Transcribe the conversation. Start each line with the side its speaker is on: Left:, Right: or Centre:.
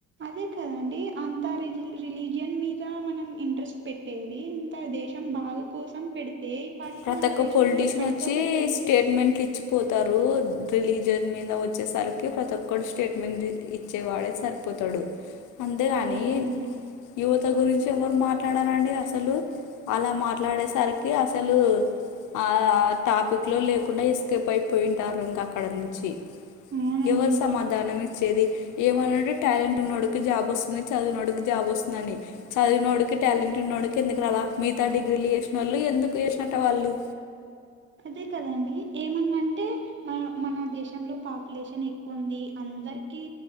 Right: అదే కదండి అంత రిజ రిలీజియన్ మీద మనం ఇంట్రెస్ట్ పెట్టేది అంత దేశం బాగు కోసం పెడితే పాటికి
Left: ప్రతి
Right: మన
Left: ఒక్క
Right: దేశం
Left: పొలిటీషియన్
Right: ఎప్పటికో
Left: వచ్చి
Right: వెళ్ళేది
Left: స్టేట్మెంట్ ఇచ్చి పోతారు రిలీజియన్ మీద వచ్చేసరికి ప్రతి ఒక్కరు స్టేట్మెంట్ ఇచ్ వచ్చేవాడే సరిపోతడు అంతేగానీ
Right: అదే కదండి
Left: యువత గురించి ఎవరు మాట్లాడరండి అసలు అలా మాట్లాడేసరికి అసలు ఆ టాపిక్ లో లేకుండా ఎస్కేప్ అయిపోయింటారు ఇంకా అక్కడ నుంచి
Right: అవునండి
Left: ఎవరు సమాధానం ఇచ్చేది ఏమన్నంటే టాలెంట్ ఉన్నోడికి కి జాబ్ వస్తుంది చదివినోడికి జాబ్ వస్తుందని చదివిన వోడికి టాలెంట్ ఉన్న వోడికి ఎందుకు రాదా మిగతా డిగ్రీలు చేసిన వాళ్ళు ఎందుకు చేసినట్ట వాళ్ళు
Right: అదే కదండి ఏమన్నా అంటే మన మన దేశంలో పాపులేషన్ ఎక్కువుంది అందరికి